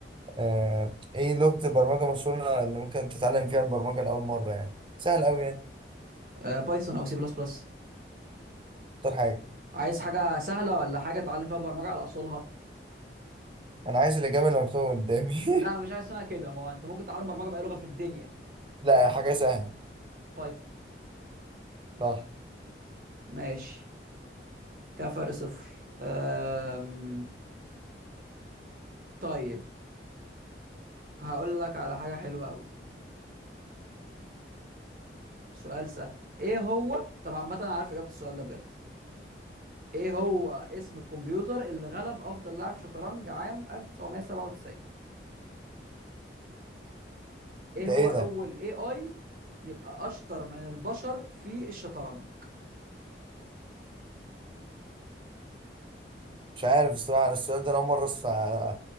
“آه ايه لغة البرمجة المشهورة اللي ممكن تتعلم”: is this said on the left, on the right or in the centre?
Right